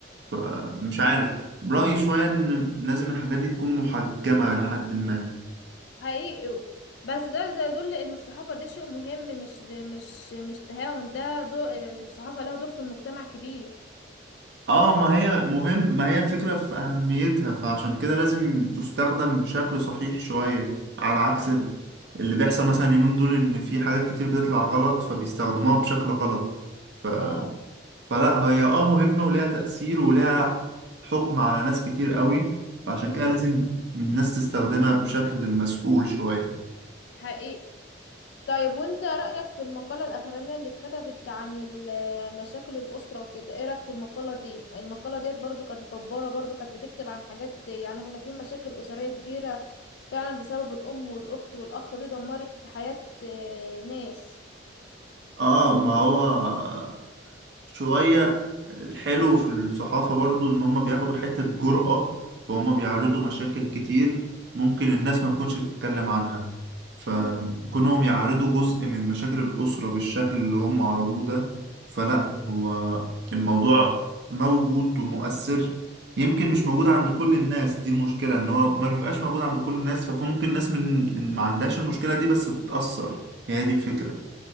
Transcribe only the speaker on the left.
حقيقي بس ده ده يدل ان الصحافة دي شيء مهم مش مش مش تهاون ده دور الصحافة لها دور في المجتمع كبير
امم
اه
امم
حقيقي طيب وانت رأيك في المقالة الأخرانية اللي اتكتبت عن ال- مشاكل الأسرة وكده ايه رأيك في المقالة دي المقالة ديت برضو كانت جبارة برضو كانت بتكتب عن حاجات يعني احنا في مشاكل أسرية كبيرة فعلا بسبب الأم والأخت والأخ دي دمرت حياة آه، ناس
امم
امم